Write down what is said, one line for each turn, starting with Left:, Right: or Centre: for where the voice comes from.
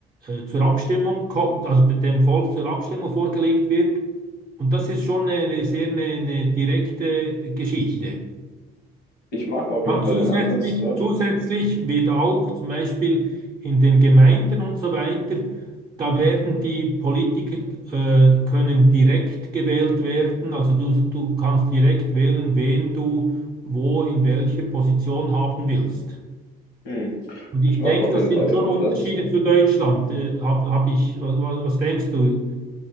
Right: äh, zur Abstimmung kommt, also dem Volk zur Abstimmung vorgelegt wird. Und das ist schon eine, eine sehr eine, eine direkte Geschichte.
Left: Ich mag auf
Right: Aber
Left: jeden Fall
Right: zusätzlich,
Left: den Ansatz dort.
Right: zusätzlich wird auch zum Beispiel in den Gemeinden und so weiter, da werden die Politiker, äh, können direkt gewählt werden. Also du, du kannst direkt wählen, wen du wo in welcher Position haben willst.
Left: Mhm.
Right: Und ich
Left: Ich mag
Right: denke,
Left: auf
Right: das
Left: jeden
Right: sind
Left: Fall den
Right: schon
Left: Ansatz.
Right: Unterschiede zu Deutschland. Äh, hab, hab ich, was, was was denkst du